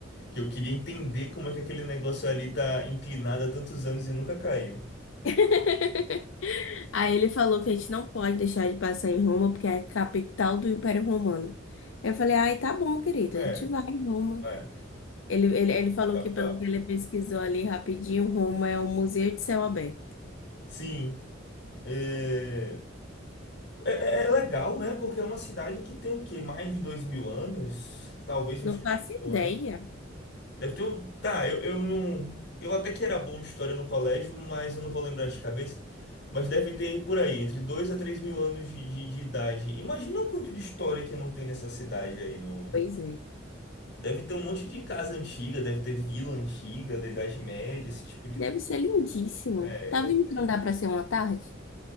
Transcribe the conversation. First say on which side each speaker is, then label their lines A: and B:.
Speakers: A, on the left; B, on the left.
A: Que eu queria entender como é que aquele negócio ali tá inclinado há tantos anos e nunca caiu.
B: <laughs> Aí ele falou que a gente não pode deixar de passar em Roma, porque é a capital do Império Romano. Eu falei, ai, tá bom, querido,
A: É,
B: a gente vai em Roma.
A: é,
B: Ele, ele, ele falou
A: a capital.
B: que, pelo que ele pesquisou ali rapidinho, Roma é um museu de céu aberto.
A: Sim. É, é, é é legal, né? Porque é uma cidade que tem o quê? Mais de dois mil anos? Talvez
B: Não
A: uns três
B: faço ideia.
A: mil Deve ter um. Tá, eu, eu não. Eu até que era bom de história no colégio, mas eu não vou lembrar de cabeça. Mas deve ter por aí, entre dois a três mil anos de, de, de idade. Imagina o quanto de história que não tem nessa cidade aí no.
B: Pois é.
A: Deve ter um monte de casa antiga, deve ter vila antiga, da Idade Média, esse tipo de.
B: Deve ser lindíssimo.
A: É,
B: Tá
A: deve
B: vendo
A: ter.
B: que não dá pra ser uma tarde?